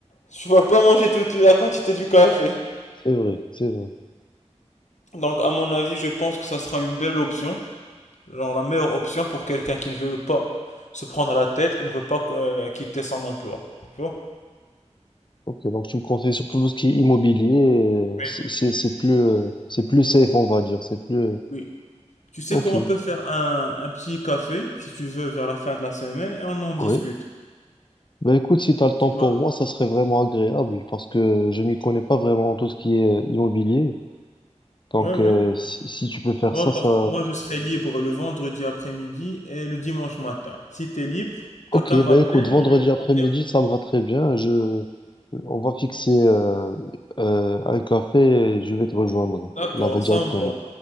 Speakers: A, on the left (about 80°); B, on the left (about 40°).
A: Tu vas pas manger toute la quantité du café.
B: c'est vrai, c'est vrai.
A: Donc à mon avis, je pense que ça sera une belle option. Genre la meilleure option pour quelqu'un qui ne veut pas se prendre la tête et ne veut pas euh, quitter son emploi. Tu vois?
B: Ok, donc tu me conseilles surtout tout ce qui est immobilier, euh,
A: Oui.
B: c'est c'est- c'est plus, euh, c'est plus safe, on va dire, c'est plus...
A: Oui. Tu sais
B: Ok,
A: quoi, on peut faire un, un petit café, si tu veux, vers la fin de la semaine et on en discute.
B: oui. Ben écoute, si tu as le temps
A: Tu dois.
B: pour moi, ça serait vraiment agréable parce que je m'y connais pas vraiment en tout ce qui est euh, immobilier. Donc
A: Oui, oui.
B: euh, si, si tu peux faire
A: Moi,
B: ça,
A: par...
B: ça...
A: Moi, je serai libre le vendredi après-midi et le dimanche matin. Si tu es libre, t'as
B: Ok,
A: qu'à m'appeler,
B: ben écoute, vendredi
A: je...
B: après-midi,
A: on vient.
B: ça me va très bien. Je... On va fixer euh, euh, un café et je vais te rejoindre
A: D'accord,
B: là-bas directement.
A: ça me va.